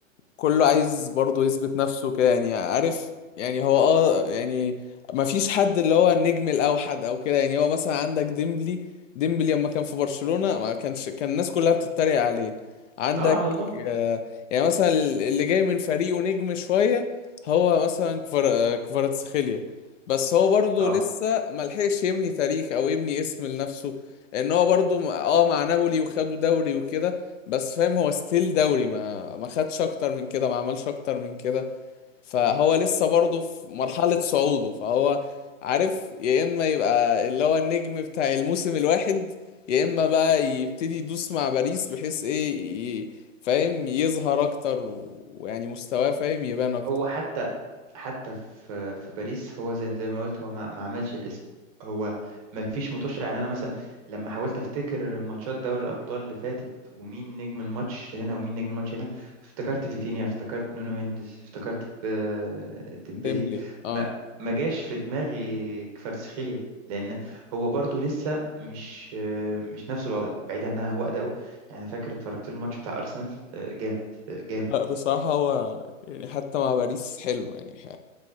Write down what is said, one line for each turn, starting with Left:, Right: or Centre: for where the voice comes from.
Left: كله عايز برضه يثبت نفسه كده يعني عارف يعني هو اه يعني ما فيش حد اللي هو النجم الأوحد أو كده يعني هو مثلا عندك ديمبلي ديمبلي لما كان في برشلونة ما كانش كان الناس كلها بتتريق عليه عندك
Right: اه على الله
Left: آه، يعني مثلا اللي جاي من فريقه نجم شوية هو مثلا كفر آه، كفاراتسخيليا بس هو برضه
Right: اه
Left: لسه ملحقش يبني تاريخ أو يبني اسم لنفسه ان هو برضه م- اه مع نابولي وخدوا دوري وكده بس فاهم هو ستيل دوري ما ما خدش اكتر من كده ما عملش اكتر من كده فهو لسه برضه في مرحلة صعوده فهو عارف يا اما يبقى اللي هو النجم بتاع الموسم الواحد يا اما بقى يبتدي يدوس مع باريس بحيث ايه ي- فاهم يظهر اكتر و- ويعني مستواه فاهم يبان اكتر
Right: هو حتى حتى في في باريس هو زي زي ما قلت هو ما, ما عملش الاسم هو ما فيش متوشة يعني انا مثلا لما حاولت افتكر ماتشات دوري الابطال اللي فاتت ومين نجم الماتش هنا ومين نجم الماتش هنا افتكرت فيتينيا افتكرت نونو مينديز افتكرت آه، ديمبيلي
Left: ديمبلي اه
Right: ما ما جاش في دماغي كفاراتسخيليا لان هو برضو لسه مش آه، مش نفس الوضع بعيدا ان هو اداؤه يعني أنا فاكر اتفرجت له الماتش بتاع ارسنال آه، جامد آه، جامد
Left: لا بصراحة
Right: يعني
Left: هو يعني حتى مع باريس حلو يعني ح-